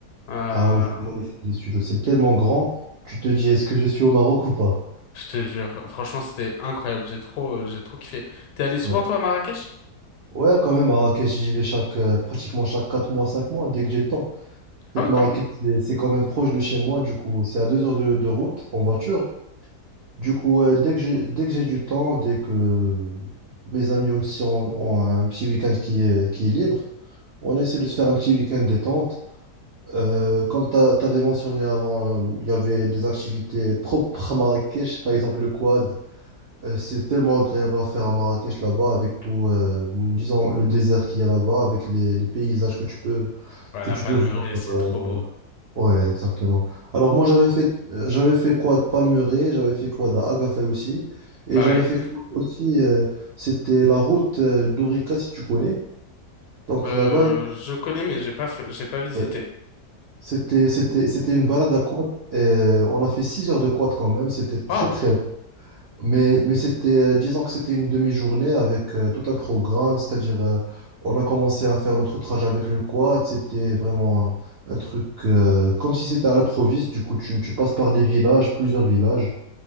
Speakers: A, on the left (about 85°); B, on the right (about 80°).
A: Euh,
B: Ah ouais, c'est ouais, c'est- c'est- c'est tellement grand. Tu te dis, est-ce que je suis au Maroc ou pas?
A: je te jure, franchement, c'était incroyable. J'ai trop, euh, j'ai trop kiffé. T'es allé souvent,
B: Ouais.
A: toi, à Marrakech?
B: Ouais, quand même, Marrakech, j'y vais chaque, euh, pratiquement chaque 4 mois, 5 mois, dès que j'ai le temps. En
A: Ah
B: fait,
A: oui,
B: Marrakech,
A: quand même.
B: c'est c'est quand même proche de chez moi, du coup, c'est à 2 heures de, de route en voiture. Du coup, euh, dès que j'ai, dès que j'ai du temps, dès que mes amis aussi ont, ont un petit week-end qui est, qui est libre, on essaie de se faire un petit week-end détente. Euh, comme tu avais mentionné avant, euh, il y avait des activités propres à Marrakech, par exemple le quad. Euh, c'est tellement agréable à faire à Marrakech là-bas, avec tout, euh, disons, le désert qu'il y a là-bas, avec les, les paysages que tu peux,
A: Ouais,
B: que
A: la
B: tu
A: Palmeraie,
B: peux voir.
A: c'est
B: euh,
A: trop beau.
B: Ouais, exactement. Alors moi j'avais fait euh, j'avais fait quoi de Palmeraie, j'avais fait quoi d'Agafay aussi, et
A: Pareil.
B: j'avais fait quoi aussi euh, c'était la route euh, d'Orica si tu connais. Donc
A: Euh,
B: là-bas il-
A: je connais, mais j'ai pas, fait- j'ai pas visité.
B: ouais. c'était c'était c'était une balade à quad. et, euh, on a fait 6 heures de quad quand même, c'était très
A: Waouh!
B: très
A: <laughs>
B: mais, mais c'était, euh, disons que c'était une demi-journée avec euh, tout un programme, c'est-à-dire euh, on a commencé à faire notre trajet avec le quad, c'était vraiment un truc euh, comme si c'était à l'improviste, du coup tu, tu passes par des villages, plusieurs villages,